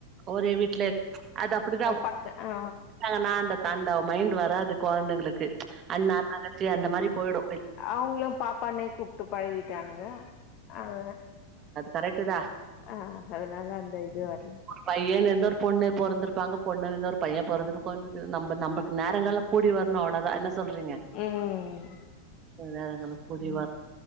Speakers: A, on the right; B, on the left.
A: ஒரே வீட்ல அது அப்டிதா
B: பக்க ஆ
A: தான்னா அந்த தாண்டவ மைண்ட் வராது கொழந்தைங்களுக்கு அண்ணா தங்கச்சி அந்த மாரி போய்டு
B: அவுங்களு பாப்பானே கூப்பிட்டு பழகிட்டானுங்க அத
A: கரெக்டு தா
B: ஆ அதுனால அந்த இது வரல
A: பையன்னு இருந்த ஒரு பொண்ணு பொறந்திருப்பாங்க பொண்ணுன்னு இருந்தா ஒரு பைய பொறந்திருப்பாங்க நம்ம நமக்கு நேரங்கலோ கூடி வரணு‌ அவ்வுளோவதா என்ன சொல்றீங்க
B: ம்
A: நேரங்கால கூடி வர